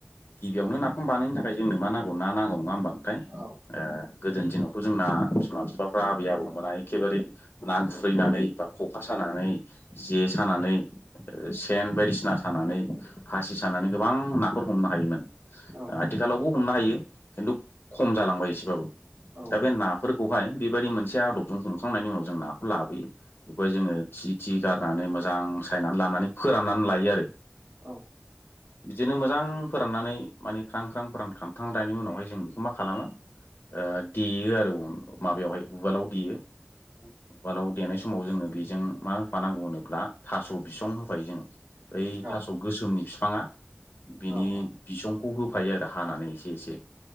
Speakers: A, on the left (about 65°); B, on the right (about 65°).
A: गिबियावनो नाफाम बानायनो थाखाय जोंनो मा नांगौ ना नांगौ नङा ओमबा ओमफाय
B: औ
A: ओ गोदोनि दिनावथ' जोंना बिमा बिफाफ्रा आबै आबौमोना एखेबारे ना गुरैनानै बा खखा सानानै जे सानानै सेन बायदिसि सानानै <unintelligible> सानानै गोबां नाफोर हमनो हायोमोन ओ
B: औ
A: आथिखालावबो हमनो हायो खिन्थु खम जालांबाय एसेबाबो
B: औ
A: दा बे नाफोरखौहाय बेबायदि मोनसे आदबजों हमखांनायनि उनाव जों नाखौ लाबोयो <unintelligible> जोङो थि थि गारनानै मोजां सायनानै लानानै फोराननानै लायो आरो
B: औ
A: बिदिनो मोजां फोराननानै माने ख्रां ख्रां फोरानखांथारनायनि उनावहाय जों बेखौ मा खालामो ओ देयो आरो माबायावहाय उवालाव देयो
B: औ
A: उवालाव देनाय समाव जोङो बेजों मा होफानांगौ होनोब्ला थास' बिसं हो <unintelligible> जों बै
B: औ
A: थास गोसोमनि बिफाङा बिनि
B: औ औ
A: बिसं खौ होफायो आरो हानानै एसे एसे